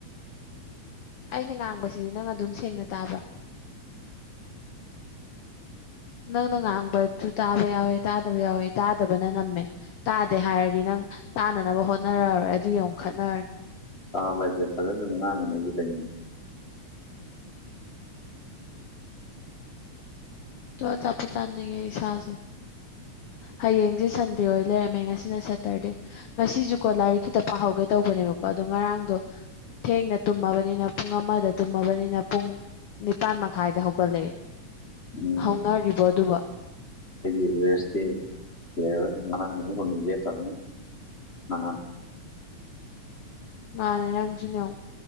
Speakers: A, on the left; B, on the left.
A: ꯑꯩꯅ ꯉꯥꯡꯕꯁꯤꯗꯤ ꯅꯪ ꯑꯗꯨꯝ ꯁꯦꯡꯅ ꯇꯥꯕ꯭ꯔꯥ ꯅꯪꯅ ꯉꯥꯡꯕꯁꯨ ꯇꯥꯕ ꯌꯥꯎꯋꯦ ꯇꯥꯗꯕ ꯌꯥꯎꯋꯦ ꯇꯥꯗꯕꯅ ꯅꯝꯃꯦ ꯇꯥꯗꯦ ꯍꯥꯏꯔꯗꯤ ꯅꯪ ꯇꯥꯅꯅꯕ ꯍꯣꯠꯅꯔꯛꯔꯣꯏ ꯑꯗꯨ ꯑꯃꯨꯛ ꯈꯠꯅꯔꯅꯤ
B: ꯀꯥꯕꯦ ꯊꯖꯟꯗꯉꯥꯡꯅꯉꯒꯤ ꯀꯩꯅꯅꯤꯡꯅꯤ
A: ꯇ ꯆꯄ ꯆꯥꯅꯤꯡꯉꯦ ꯁꯥꯦ ꯍꯌꯦꯡꯁꯦ ꯁꯟꯗꯦ ꯑꯣꯏ ꯂꯩꯔꯝꯃꯦ ꯉꯁꯤꯅ ꯁꯦꯇꯔꯗꯦ ꯉꯁꯤꯁꯨꯀꯣ ꯂꯥꯏꯔꯤꯛ ꯈꯤꯇ ꯄꯥꯍꯧꯒꯦ ꯇꯧꯕꯅꯦꯕꯀꯣ ꯑꯗꯣ ꯉꯔꯥꯡꯗꯣ ꯊꯦꯡꯅ ꯇꯨꯝꯃꯕꯅꯤꯅ ꯄꯨꯡ ꯑꯃꯗ ꯇꯨꯝꯃꯕꯅꯤꯅ ꯄꯨꯡ ꯅꯤꯄꯥꯥꯟ ꯃꯈꯥꯏꯗ ꯍꯧꯒꯠꯂꯛꯑꯦ
B: ꯎꯝ
A: ꯍꯧꯅꯔꯤꯕ ꯑꯗꯨꯒ
B: ꯁ ꯂꯩꯦꯕ ꯉ ꯉꯅꯅꯤ ꯍ ꯇ ꯑ
A: ꯃꯥꯅꯦ ꯅꯪꯁꯨꯅꯦ